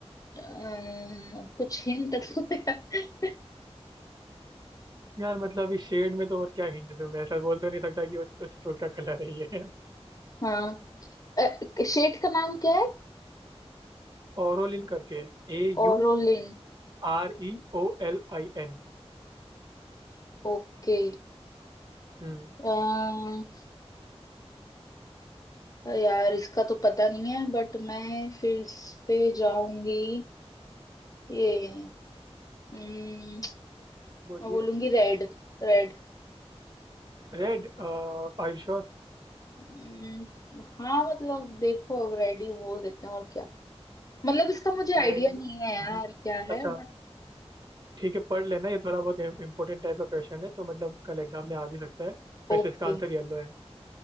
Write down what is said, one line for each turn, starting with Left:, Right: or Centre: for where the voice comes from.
Left: अम, कुछ हिंट दो यार।
Right: यार मतलब इस शेड में तो और क्या हिंट दूं मैं ऐसा बोल तो नहीं सकता कि उस, उस फ्रूट का कलर है ये
Left: हाँ शेड का नाम क्या है
Right: ओरोलिन करके A
Left: ओरोलिन
Right: U R E O L I N
Left: ओके
Right: हम्म
Left: अम, यार इसका तो पता नहीं है बट मैं फिर इस पे जाऊंगी ये अम,
Right: बोलिए
Left: मैं बोलूंगी रेड रेड
Right: रेड आयुष
Left: हम्म, हाँ मतलब देखो अब रेडी बोल देते हैं और क्या मतलब इसका मुझे आइडिया
Right: नहीं हम्म,
Left: नहीं है यार क्या है
Right: अच्छा
Left: बट
Right: ठीक है पढ़ लेना ये थोड़ा बहुत इंपॉर्टेंट टाइप का क्वेश्चन है तो मतलब कल एग्जाम में आ भी सकता है वैसे
Left: ओके
Right: इसका आंसर येलो है